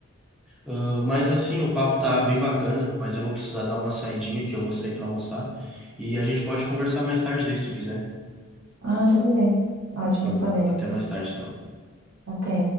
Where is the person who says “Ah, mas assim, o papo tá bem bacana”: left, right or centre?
Centre